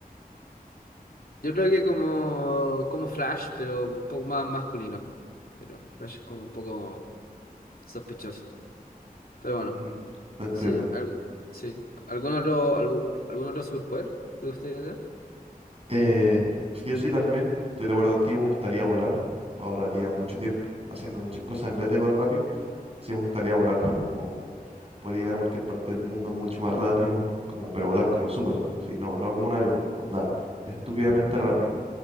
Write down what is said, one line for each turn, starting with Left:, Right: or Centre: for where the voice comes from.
Left: yo creo que como, como Flash, pero un poco más masculino. Pero Flash es como un poco sospechoso. Pero bueno,
Right: Ujú, te Entiendo.
Left: sí, algo, sí. ¿Algún otro, algún, algún otro superpoder de ustedes? tener?
Right: Eh, sí, o sí también, estoy de acuerdo contigo, me gustaría volar. Ahorraría mucho tiempo haciendo muchas cosas en vez de correr rápido. Sí me gustaría volar, como Podría llegar a cualquier parte del mundo mucho más rápido, como, pero volar como Superman, ¿sí? No, no como un avión, onda, estúpidamente rápido.